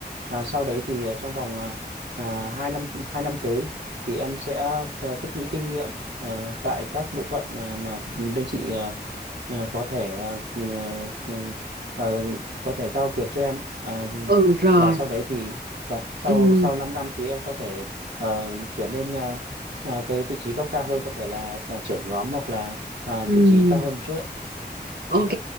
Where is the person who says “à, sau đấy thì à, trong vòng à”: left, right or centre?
Right